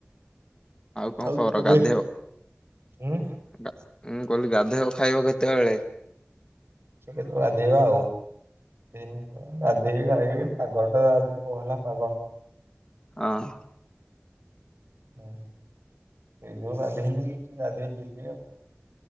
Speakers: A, on the left (about 20°); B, on the right (about 70°).
A: କଣ
B: ଆଉ
A: ଖବର
B: କେବେ,
A: ଗାଧେଇବ
B: ହୁଁ।
A: <inaudible> ମୁଁ କହିଲି ଗାଧୋଇବ ଖାଇବ କେତେବେଳେ?
B: କେତେବେଳେ ବାଧେଇବା ଆଉ। ଗାଧେଇନି ତ ଗାଧୋଇବି ଖାଇବି ପାଗଟା ଆଜି କୋହଲା ପାଗ।
A: ହଁ।
B: ହୁଁ, ସେ ଯଉ ଗାଧେଇନି, କିଛି ଗାଧେଇ ଯିବି ଆଉ।